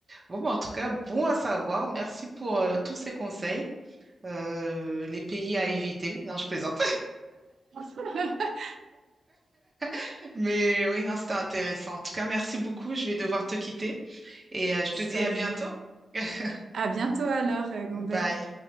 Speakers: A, on the right (about 40°); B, on the right (about 70°).
A: Bon, bah, en tout cas, bon à savoir. Merci pour euh, tous ces conseils. Euh, les
B: Je
A: pays
B: t'en prie.
A: à éviter. Non, je plaisante.
B: <laughs>
A: <laughs> Mais oui, non, c'était intéressant. En tout cas, merci beaucoup. Je vais devoir te quitter et euh, je
B: Ça
A: te dis à
B: joue.
A: bientôt. <laughs>
B: À bientôt alors, euh, Gros
A: Bye.
B: Bec.